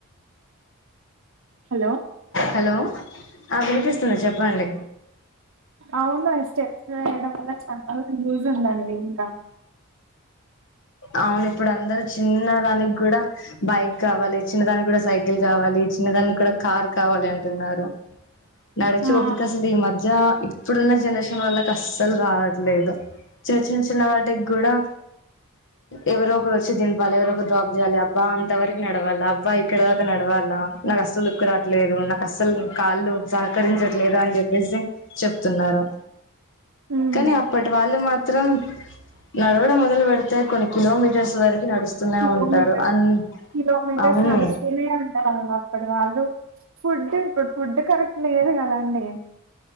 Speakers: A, on the right (about 65°); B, on the left (about 60°).
A: హలో
B: హలో ఆ వినిపిస్తుంది చెప్పండి
A: అవును స్టెప్స్ వేయడం వల్ల చాలా బాగ యూస్ ఉందండి ఇంకా
B: అవును ఇప్పుడు అందరు చిన్నదానికి కూడా బైక్ కావాలి చిన్నదానికి కూడా సైకిల్ కావాలి చిన్నదానికి కూడా కార్ కావాలి అంటున్నారు నడిచి
A: ఆ
B: ఓపిక అసలు ఈ మధ్య ఇప్పుడున్న జనరేషన్ వాళ్ళకి అస్సలు రావట్లేదు చిన్న చిన్న చిన్న వాటికి కూడా ఎవరో ఒకరు వచ్చి దింపాలి ఎవరొ ఒకరు డ్రాప్ చేయాలి అబ్బా అంత వరకు నడవాల అబ్బా ఇక్కడ దక నడవాలా నాకు అస్లుక్కు రావట్లేదు నాకు అస్సలు కాళ్ళు సహకరించట్లేదు అని చెప్పేసి చెప్తున్నారు
A: ఉమ్,
B: కానీ అప్పటి వాళ్ళు మాత్రం నడవడం మొదలు పెడితే కొనీ కిలోమీటర్స్ వరకు నడుస్తూనే
A: కిలోమీటర్స్
B: ఉంటారు అన్
A: కిలోమీటర్స్
B: అవును
A: నడుస్తూనే ఉందేవళ్ళు అప్పటి వాళ్ళు ఫుడ్ ఇప్పుడు ఫుడ్ కరెక్ట్ లేదు కదండి